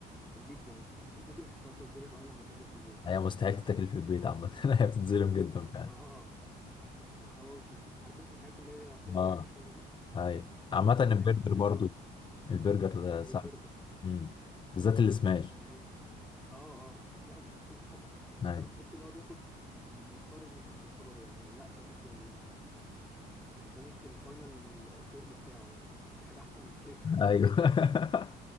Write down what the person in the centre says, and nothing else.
البيتزا مثلا البيتزا دي بحسها بتتظلم أوي لما بتعمل في البيت
اه الحواوشي عارف انت الحاجات اللي هي فيها
لعب شويه دي
بتتعمل
في البيت
مع
والبرجر
يعني اه اه لا مستحيل طبعا بس
هو تحس ان هو بياخد مسار مش مساره يعني لا ده مش ال يعني ده مش الفاينل فورم بتاعه يعني اكيد في حاجه احسن من كده <laughs>